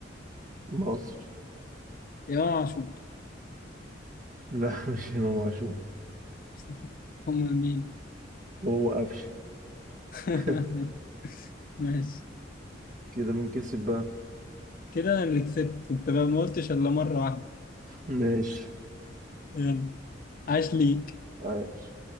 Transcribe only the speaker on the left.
امام عاشور
<laughs> امال مين
<laughs>
ماشي
كده انا اللي كسبت انت بقى ما قلتش الا مره واحده
يلا عاش ليك